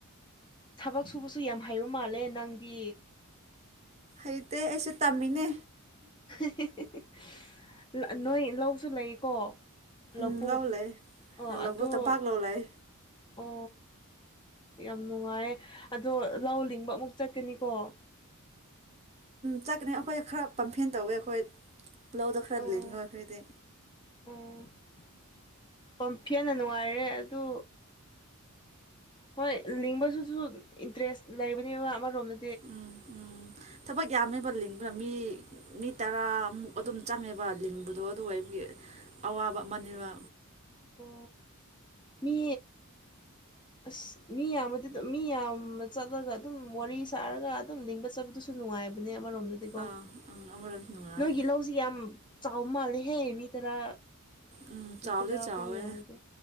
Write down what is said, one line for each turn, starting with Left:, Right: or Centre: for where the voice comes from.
Left: ꯊꯕꯛ ꯁꯨꯕꯁꯨ ꯌꯥꯝ ꯍꯩꯕ ꯃꯥꯜꯂꯦ ꯅꯪꯗꯤ
Right: ꯍꯩꯇꯦ ꯑꯩꯁꯨ ꯇꯝꯃꯤꯅꯦ
Left: <unintelligible> ꯅꯣꯏ ꯂꯧꯁꯨ ꯂꯩꯀꯣ ꯂꯧꯕꯨꯛ
Right: ꯎꯝ ꯂꯧꯂꯩ
Left: ꯑꯣ
Right: ꯂꯣꯛ
Left: ꯑꯗꯣ
Right: ꯄꯥꯛ ꯂꯧꯂꯩ
Left: ꯑꯣ ꯌꯥꯝ ꯅꯨꯡꯉꯥꯏ ꯑꯗꯣ ꯂꯧ ꯂꯤꯡꯕ ꯑꯃꯨꯛ ꯆꯠꯀꯅꯤꯀꯣ
Right: ꯆꯠꯀꯅꯤ ꯑꯩꯈꯣꯏ ꯈꯔ <unintelligible> ꯇꯧꯋꯦ ꯑꯩꯈꯣꯏ ꯂꯧꯗ ꯈꯔꯗ
Left: ꯑꯣ
Right: ꯂꯩꯅꯤꯡ ꯋꯥ ꯐꯗꯤ
Left: ꯑꯣ <unintelligible> ꯅꯨꯡꯉꯥꯏꯔꯦ ꯑꯗꯨ ꯍꯣꯏ ꯂꯤꯡꯕꯁꯨꯁꯨ ꯏꯟꯇꯔꯦꯁ ꯂꯩꯕꯅꯤꯕ ꯑꯃꯔꯣꯝꯗ
Right: ꯎꯝ ꯎꯝ ꯊꯕꯒ ꯌꯥꯃꯦꯕ ꯑꯗꯨꯅ ꯃꯤ ꯃꯤ ꯇꯔꯥꯃꯨꯛ ꯑꯗꯨꯝ ꯆꯪꯉꯦꯕ ꯂꯤꯡꯕꯗꯣ ꯑꯗꯨꯒ ꯑꯩꯕꯒꯤ ꯑꯋꯥꯕ ꯑꯃꯅꯦꯕ
Left: ꯑꯣ ꯃꯤ ꯑꯁ ꯃꯤ ꯌꯥꯝꯃꯗꯤ ꯑꯗꯨꯝ ꯃꯤ ꯌꯥꯝꯕ ꯆꯠꯂꯒ ꯑꯗꯨꯝ ꯋꯥꯔꯤ ꯁꯥꯔꯒ ꯑꯗꯨꯝ ꯂꯤꯡꯕ ꯆꯠꯄꯗꯨꯁꯨ ꯅꯨꯡꯉꯥꯏꯕꯅꯦ ꯑꯃꯔꯣꯝꯗꯗꯤꯀꯣ
Right: ꯑꯥ ꯎꯝ ꯑꯃꯔꯣꯝꯗ ꯅꯨꯡꯉꯥꯏ
Left: ꯅꯣꯏꯒꯤ ꯂꯧꯁꯤ ꯌꯥꯝ ꯆ ꯃꯥꯜ ꯍꯦ ꯃꯤ ꯇꯔꯥ
Right: ꯎꯝ ꯆꯥꯎꯗꯤ
Left: ꯏꯇꯔꯥ
Right: ꯆꯥꯎꯋꯦ
Left: ꯀ ꯑꯣꯏ ꯌꯥꯎꯗꯦ